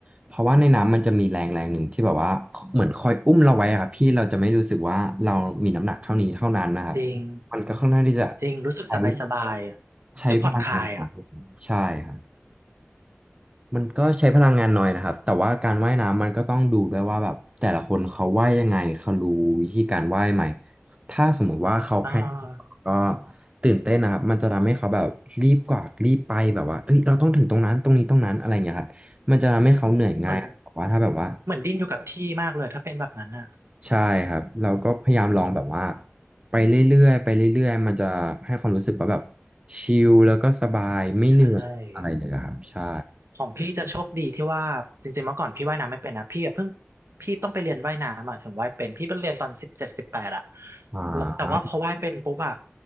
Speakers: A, on the right (about 25°); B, on the right (about 75°).
A: เพราะว่าในน้ำมันจะมีแรงแรงหนึ่งที่แบบว่าเหมือนคอยอุ้มเราไว้อะครับพี่เราจะไม่รู้สึกว่าเรามีน้ำหนักเท่านี้เท่านั้นนะครับ
B: จริง
A: มันก็ค่อนข้างที่จะ
B: จริงรู้สึกสบายสบายอ่ะรู้สึกผ่อนคลายอ่ะ
A: ใช้ใช้พลังงานของผมใช่ครับ มันก็ใช้พลังงานน้อยนะครับแต่ว่าการว่ายน้ำมันก็ต้องดูด้วยว่าแบบแต่ละคนเขาว่ายยังไงเขารู้วิธีการว่ายไหมถ้าสมมุติว่าเขาแพ้
B: อ่า
A: ก็ตื่นเต้นนะครับมันจะทำให้เขาแบบรีบกว่ารีบไปแบบว่าเอ้ยเราต้องถึงตรงนั้นตรงนี้ตรงนั้นอะไรอย่างเงี้ยครับมันจะทำให้เขาเหนื่อยง่ายแต่ว่าถ้าแบบว่า
B: เหมือน เหมือนดิ้นอยู่กับที่มากเลยถ้าเป็นแบบนั้นอ่ะ
A: ใช่ครับเราก็พยายามลองแบบว่า
B: อืม
A: ไปเรื่อยๆไปเรื่อยๆมันจะให้ความรู้สึกว่าแบบชิลแล้วก็สบายไม่เหนื่อยอะไรเลยอะครับใช่
B: ใช่ของพี่จะโชคดีที่ว่าจริงๆเมื่อก่อนพี่ว่ายน้ำไม่เป็นนะพี่อะเพิ่งพี่ต้องไปเรียนว่ายน้ำอ่ะถึงว่ายเป็นพี่ไปเรียนตอนสิบเจ็ดสิบแปดอ่ะ
A: อ่า
B: แล้วแต่ว่าพอว่ายเป็นปุ๊บอะ